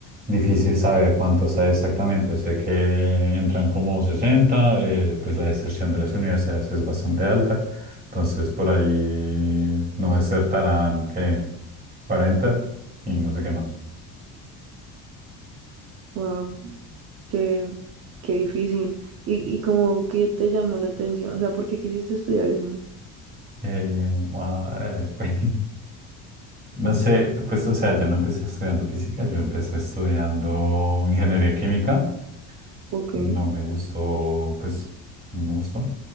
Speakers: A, on the right (about 25°); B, on the right (about 45°).
A: difícil saber cuántos hay exactamente. Sé que entran como 60 eh, pues la deserción de las universidades es bastante alta. Entonces, por ahí no desertarán que 40 y no sé qué más.
B: wow, qué, qué difícil. ¿Y, y como qué te llamó la atención? O sea, ¿por qué quisiste estudiar eso?
A: Eh, guau, eh, <laughs> pues, no sé, pues o sea, yo no empecé estudiando física, yo empecé estudiando ingeniería química,
B: Ok.
A: no me gustó, pues no me gustó,